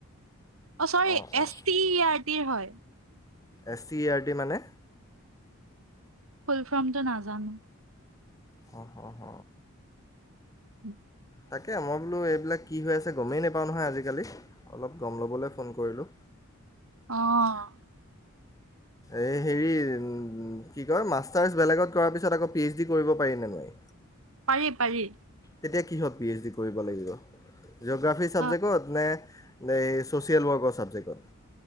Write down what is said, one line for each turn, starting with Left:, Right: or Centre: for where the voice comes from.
Right: অ' চৰি
Left: অঁ অঁ
Right: এছ টি আৰ টিৰ হয়।
Left: এছ টি ই আৰটি মানে?
Right: ফুল ফ্ৰমটো নাজানোঁ।
Left: অ' হ-হ
Right: উম
Left: তাকে মই বোলো এইবিলাক কি হৈ আছে, গমেই নাপাওঁ নহয়, আজিকালি অলপ গম ল'বলৈ ফোন কৰিলোঁ।
Right: অ'
Left: এই হেৰি কি কয় মাষ্টাৰছ বেলেগত কৰাৰ পিছত, আকৌ পি এইচ ডি কৰিব পাৰিনে নোৱাৰি?
Right: পাৰি-পাৰি।
Left: তেতিয়া কিহত পি এইচ ডি কৰিব লাগিব? জিওগ্ৰাফি চবজেক্টত
Right: অ
Left: নে নে এই ছ'চিয়েল ৱৰ্কৰ চাবজেক্টত?